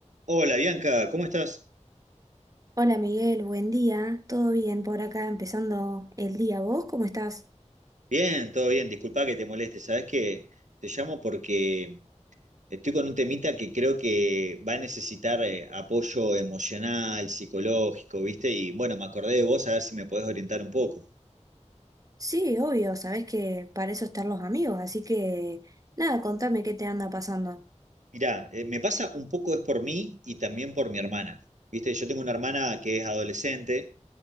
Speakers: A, on the right (about 80°); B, on the right (about 30°).
A: Hola Bianca, ¿cómo estás?
B: Hola Miguel, buen día. ¿Todo bien por acá empezando el día? ¿Vos cómo estás?
A: Bien, todo bien, disculpa que te moleste, sabes que te llamo porque estoy con un temita que creo que va a necesitar eh, apoyo emocional, psicológico, ¿viste? Y bueno, me acordé de vos a ver si me podés orientar un poco.
B: Sí, obvio, sabés que para eso están los amigos, así que nada, contame qué te anda pasando.
A: Mirá, eh, me pasa un poco es por mí y también por mi hermana, ¿viste? Yo tengo una hermana que es adolescente